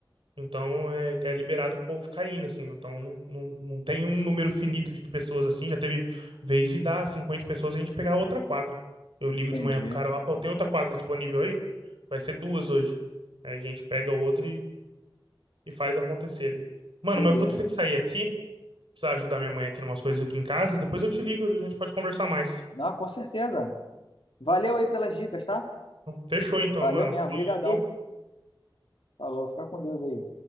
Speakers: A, on the right; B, on the left.
A: Então é, é liberado o povo caindo, assim. Então não, não, não tem um número finito de pessoas assim. Já teve vez de dar 50 pessoas e a gente pegar outra quadra. Eu ligo
B: Entendi.
A: de manhã pro cara lá, pô, tem outra quadra disponível aí? Vai ser duas hoje. Aí a gente pega outra e, e faz acontecer ali. Mano,
B: Beleza.
A: mas eu vou ter que sair aqui. Precisar ajudar minha mãe aqui em umas coisas aqui em casa. Depois eu te ligo, a gente pode conversar mais.
B: Não, com certeza. Valeu aí pelas dicas, tá?
A: Fechou então,
B: Valeu
A: mano.
B: mesmo,
A: Falou,
B: brigadão.
A: viu?
B: Falou, fica com Deus aí.